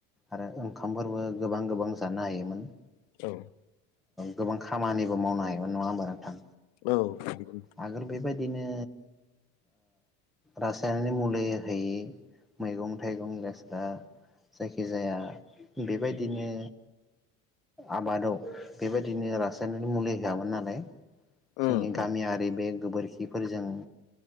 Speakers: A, in the centre; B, on the left.
A: आरो ओंखामफोरबो गोबां गोबां जानो हायोमोन।
B: औ
A: गोबां खामानिबो मावनो हायोमोन नङा हबा नोंथां
B: औ नंगौ नोंथां।
A: आगोल बे। बेबायदिनो रासायनारि मुलि होयि मैगं थाइगं गेस्रा जायखिजाया। बेबायदिनो। आबादाव बेबायदिनो रासायनारि मुलि होआामोन नालाय। जोंनि
B: औ औ
A: गामियारि बे गोबोरखि। खिफोरजों